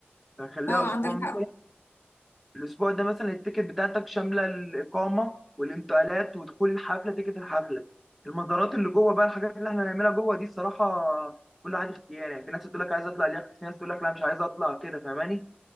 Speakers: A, in the centre; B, on the left.
A: فنخليها
B: اه
A: اسبوع
B: عندك
A: مثلا
B: حق
A: الاسبوع ده مثلا التيكت بتاعتك شامله الاقامه والانتقالات ودخول الحفله تيكت الحفله المزارات اللي جوه بقى الحاجات اللي احنا هنعملها جوه دي الصراحه كل واحد اختيار يعني في ناس تقول لك عايز اطلع اليخت في ناس تقول لك لا مش عايز اطلع كده فاهماني